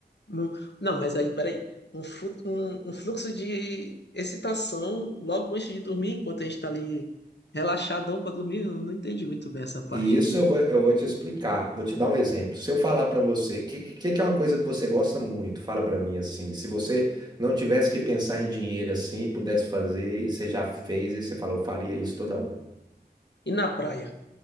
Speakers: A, on the left (about 85°); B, on the right (about 25°).
A: Mu- Não, mas aí, peraí. Um, flu- um, um fluxo de excitação logo antes de dormir, enquanto a gente tá ali relaxadão pra dormir, eu não entendi muito bem essa parte
B: E isso
A: aí.
B: eu vou, eu vou te explicar, vou te dar um exemplo. Se eu falar para você, o que, que, que é uma coisa que você gosta muito? Fala para mim assim. Se você não tivesse que pensar em dinheiro assim, pudesse fazer, e você já fez, e você fala, eu faria isso toda hora.
A: E na praia?